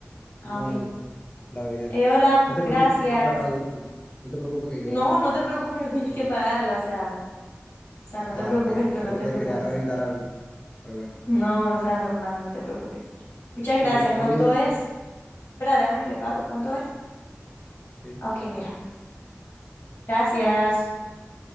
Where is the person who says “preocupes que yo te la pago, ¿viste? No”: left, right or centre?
Left